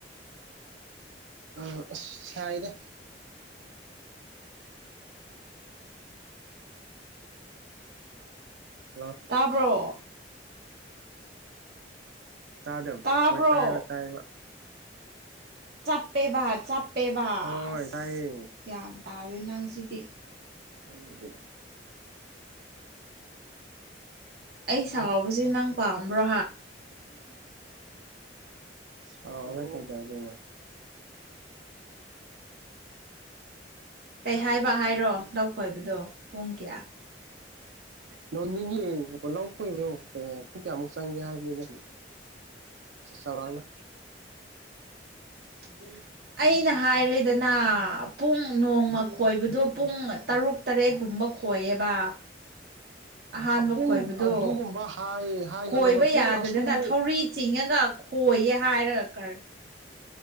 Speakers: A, on the right; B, on the right.
A: ꯑꯥ ꯑꯁ ꯁꯥꯏꯗꯥ꯫ ꯍꯜꯂꯣ꯫
B: ꯇꯥꯕ꯭ꯔꯣ꯫
A: ꯇꯥꯗꯕ
B: ꯇꯥꯕ꯭ꯔꯣ
A: ꯍꯣꯏ ꯇꯥꯏꯕ ꯇꯥꯏꯕ꯫
B: ꯆꯞꯄꯦꯕ ꯆꯞꯄꯦꯕ
A: ꯍꯣꯏ
B: ꯑꯁ
A: ꯇꯥꯏꯌꯦ
B: ꯒ꯭ꯌꯥꯟ ꯇꯥꯗꯦꯏ ꯅꯪ ꯁꯤꯗꯤ꯫
A: ꯇꯨꯝꯗꯔꯤꯗ꯫
B: ꯑꯩ ꯁꯥꯎꯁꯦ ꯅꯪ ꯄꯥꯝꯕ꯭ꯔꯣ꯫
A: ꯁꯥꯎꯔ ꯅꯪ ꯀꯩꯗꯧꯗꯣꯏꯅꯣ꯫
B: ꯀꯩ ꯍꯥꯏꯕ ꯍꯥꯏꯔꯣ ꯂꯧ ꯈꯣꯏꯕꯗꯣ ꯄꯨꯡ ꯀꯌꯥ꯫
A: ꯅꯣꯡ ꯅꯤꯡꯉꯤ ꯂꯧ ꯀꯣꯏꯕ꯭ꯔꯣ ꯄꯨꯡ ꯀꯌꯥꯃꯨꯛ ꯆꯪꯒꯦ ꯍꯥꯏꯕꯅꯤ ꯅ꯫
B: <inaudible>
A: ꯆꯧꯔꯛꯅ꯫
B: ꯎ꯫ ꯑꯩꯅ ꯍꯥꯏꯔꯦꯗꯅ ꯄꯨꯡ ꯅꯣꯡꯃ ꯈꯣꯏꯕꯗꯨ ꯄꯨꯡ ꯇꯔꯨꯛ꯫ ꯇꯔꯦꯠꯀꯨꯝꯕ ꯈꯣꯏꯌꯦꯕ꯫ ꯑꯍꯥꯟꯕ
A: ꯄꯨꯡ
B: ꯈꯣꯏꯕꯗꯣ
A: ꯑꯗꯨꯒꯨꯝꯕ ꯍꯥꯏ ꯍꯥꯏꯒꯅꯨꯕ
B: ꯈꯣꯏꯕ
A: ꯄꯨꯡ
B: ꯌꯥꯗꯗꯅ
A: ꯑꯁꯨꯛꯃꯨꯛ
B: ꯊꯧꯔꯤ ꯆꯤꯡꯉꯒ꯫ ꯍꯣꯏꯌꯦ ꯍꯥꯏꯔꯒ ꯀꯔ꯫